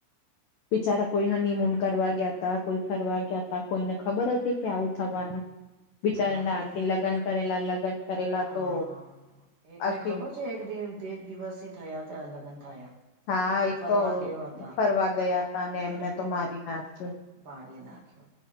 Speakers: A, on the left (about 80°); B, on the right (about 45°).
A: બિચારા કોઈ હનીમૂન કરવા ગયાતા કોઈ ફરવા ગયાતા કોઈને ખબર હતી કે આવું થવાનું. બિચારા
B: હા
A: રાખ
B: એક
A: કે લગ્ન કરેલા લગ્ન કરેલા
B: હા
A: તો
B: એકને
A: આખી
B: ખબર છે એક દિવ દિવસથી થયાતા લગન થયા.
A: હા એક
B: ફરવા
A: તો
B: ગયો હતા
A: ફરવા ગયા હતા અને એમને તો મારી નાખયો.
B: બાર નાખ્યો